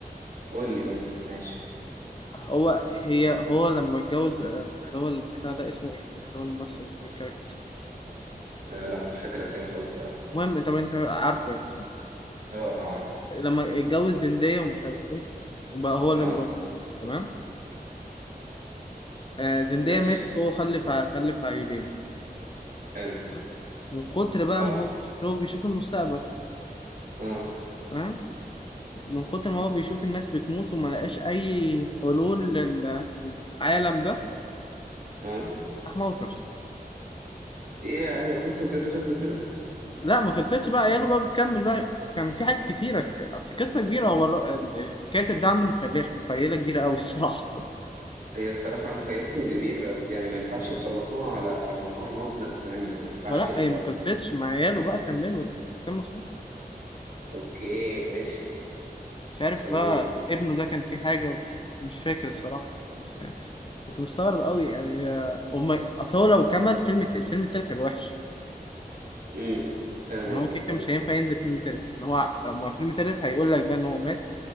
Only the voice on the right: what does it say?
قول لي قول لي ماشي
آه لا مش فاكر اسامي خالص الصراحة
اه اه عارف
اه
ماشي
حلو
اه
اه
اه
ايه هي القصة بجد خلصت كده
هي الصراحة مخيلتهم كبيرة بس يعني ما ينفعش يخلصوها على على إن هو يموت نفسه يعني ده ما ينفعش
كده
خالص
أوكي ماشي
أمم
أمم فاهم
قصدك
أه